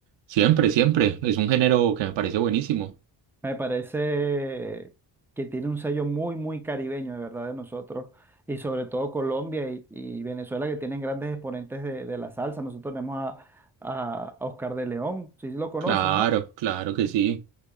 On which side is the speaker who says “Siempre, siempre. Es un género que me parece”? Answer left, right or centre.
Right